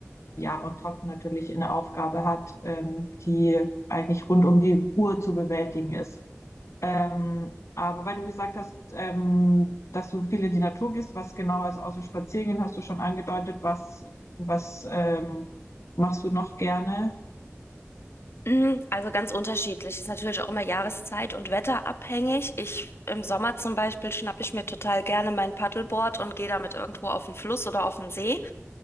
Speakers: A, on the left (about 80°); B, on the left (about 60°).
A: ja, on top natürlich eine Aufgabe hat, ähm, die eigentlich rund um die Uhr zu bewältigen ist. Ähm, aber weil du gesagt hast, ähm, dass du viel in die Natur gehst, was genau, also außer Spaziergehen hast du schon angedeutet, was, was ähm, machst du noch gerne?
B: Mm, Also ganz unterschiedlich. Ist natürlich auch immer Jahreszeit und Wetter abhängig. Ich im Sommer zum Beispiel schnappe ich mir total gerne mein Paddleboard und gehe damit irgendwo auf den Fluss oder auf den See.